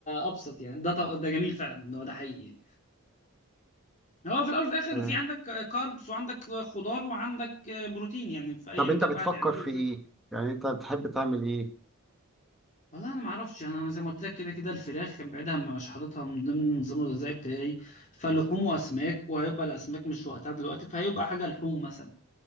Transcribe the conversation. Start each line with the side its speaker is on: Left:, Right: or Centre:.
Left: ابسط يعني ده طب... ده جميل فعلا ان هو ده حقيقي هو في الاول وفي الاخر
Centre: آه.
Left: في عندك كاربس وعندك خضار وعندك بروتين يعني في ايا
Centre: طب انت
Left: كان
Centre: بتفكر
Left: بقى تعمله
Centre: في
Left: ازاي
Centre: ايه يعني انت تحب تعمل ايه
Left: والله انا ما اعرفش انا زي ما قلت لك كده كده الفراخ كان بعيدها مش حاططها من ضمن النظام الغذائي بتاعي فلحوم واسماك وهيبقى الاسماك مش وقتها دلوقتي فهيبقى حاجه لحوم مثلا